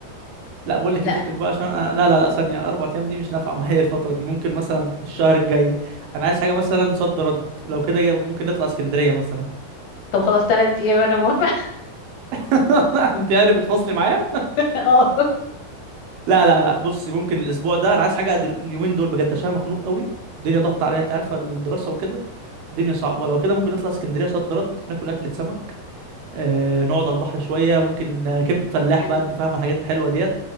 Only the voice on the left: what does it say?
لا
طب خلاص ثلاث ايام انا موافقه
<laughs> اه
حلو